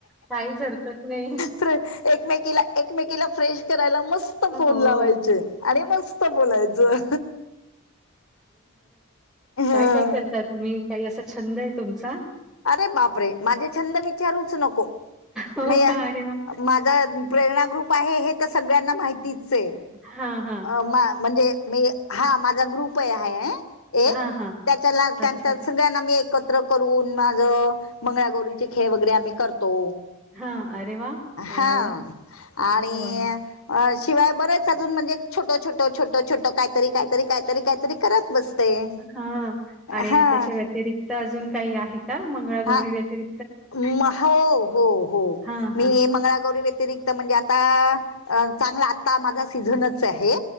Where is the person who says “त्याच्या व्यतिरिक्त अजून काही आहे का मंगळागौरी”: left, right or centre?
Centre